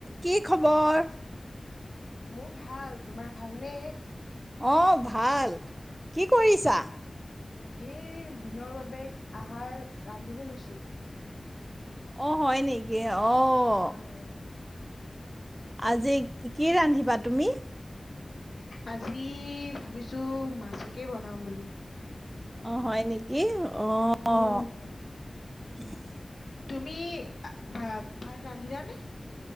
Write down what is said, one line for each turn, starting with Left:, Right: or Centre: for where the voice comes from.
Right: কি খবৰ?
Left: মোৰ ভাল, তোমাৰ ভাল নে?
Right: অ' ভাল, কি কৰিছা?
Left: এই দিনৰ বাবে আহাৰ ৰান্ধিব লৈছো।
Right: অ' হয় নেকি? অ'
Left: হয়, হয়, হয়।
Right: আজি কি কি ৰান্ধিবা তুমি?
Left: আজি ভাবিছো, মাছকে বনাম বুলি।
Right: অ', হয় নেকি? অ'
Left: উম,,,
Right: <inaudible>
Left: তুমি ভা, ভাত ৰান্ধিলানে?